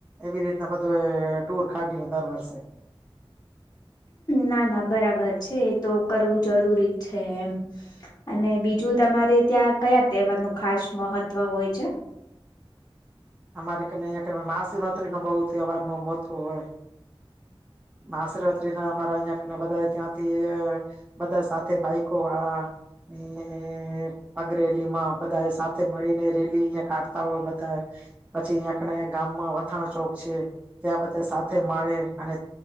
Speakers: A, on the right (about 15°); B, on the left (about 40°).
A: એવી રીતના બધું એ ટૂર કાઢીને દર વર્ષે.
B: ના.. ના બરાબર છે. એ તો કરવું જરૂરી છે એમ અને બીજું તમારે ત્યાં કયા તહેવારનું ખાસ મહત્વ હોય છે?
A: અમારે અહીં મહાશિવરાત્રીનો બહુ તહેવાર ન મ.... હોવે... મહાશિવરાત્રી ના મારા અહિયાં કણે બધા ત્યાંથી... બધા સાથે બાઈક... ઇકો વાળા ને.... અગરેલી માં બધા એ સાથે મળી ને રેલી અહિંયા કાઢતા હોય.. <inaudible> પછી ત્યાં કને ગામમાં વથાણ ચોક છે. ત્યાં બધા સાથે મળે અને...